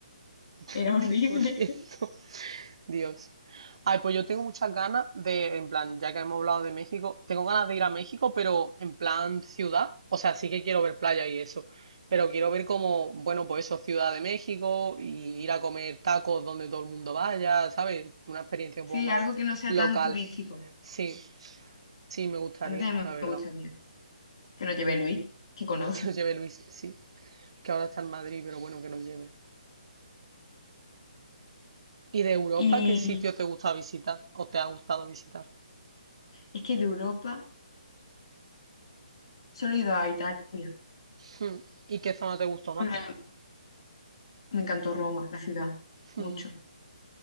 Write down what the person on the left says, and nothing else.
Era
horrible.
Sí,
algo que no sea
tan turístico.
A mí también
me gustaría que nos lleve Luis, que conoce.
Y
es que de Europa solo he ido a Italia.
Bueno, me encantó Roma, la ciudad,
mucho.